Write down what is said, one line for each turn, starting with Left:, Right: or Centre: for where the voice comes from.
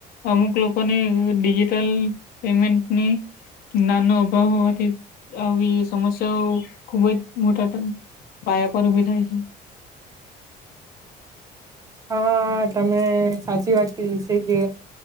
Left: અમુક લોકોને ડિજિટલ પેમેન્ટની નાનો અભાવ હોવાથી આવી સમસ્યાઓ ખુબ જ મોટા પાયા પર ઉભી થાય છે.
Right: હા તમે સાચી વાત કીધી છે કે